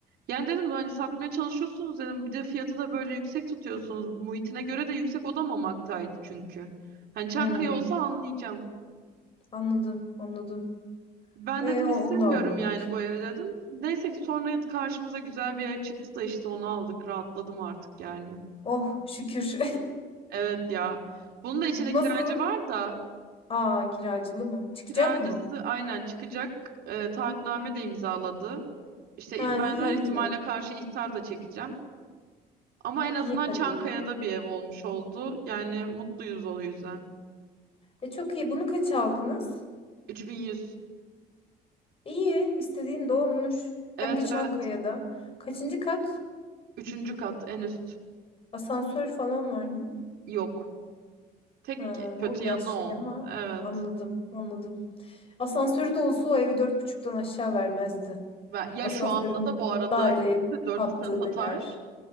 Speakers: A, on the right (about 70°); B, on the left (about 35°).
A: Yani dedim hani satmaya çalışıyorsunuz dedim. Bir de fiyatı da böyle yüksek tutuyorsunuz. Muhitine göre de yüksek odamamaktaydı çünkü. Hani Çankaya
B: Hmm.
A: olsa anlayacağım.
B: Anladım anladım.
A: Ben
B: E
A: dedim
B: o-
A: istemiyorum
B: onu da almadın.
A: yani bu evi dedim. Neyse ki sonra karşımıza güzel bir ev çıktı da işte onu aldık. Rahatladım artık yani.
B: Oh şükür.
A: Evet ya. Bunun da içinde
B: <laughs> Nasıl?
A: kiracı var da
B: Aa kiracılı mı? Çıkacak
A: kiracısı
B: mı?
A: aynen çıkacak. E, taahhütname de imzaladı. İşte
B: Ha
A: ben
B: iyi
A: her ihtimale
B: iyi.
A: karşı ihtar da çekeceğim. Ama en azından
B: İyi hadi.
A: Çankaya'da bir ev olmuş oldu. Yani mutluyuz o yüzden.
B: E çok iyi. Bunu kaç aldınız?
A: 3100.
B: İyi. İstediğin de olmuş. Hem
A: Evet
B: de Çankaya'da.
A: evet.
B: Kaçıncı kat?
A: Üçüncü kat en üst.
B: Asansör falan var mı?
A: Yok. Tek
B: Ha,
A: kötü
B: o biraz
A: yanı o.
B: şey ama
A: Evet.
B: anladım anladım. Asansörü de olsa o evi dört buçuktan aşağı vermezdi.
A: Ve- ya
B: Asansörün
A: şu anda da bu arada
B: daireye
A: istese 4.5'a
B: kattığı
A: satar.
B: değer.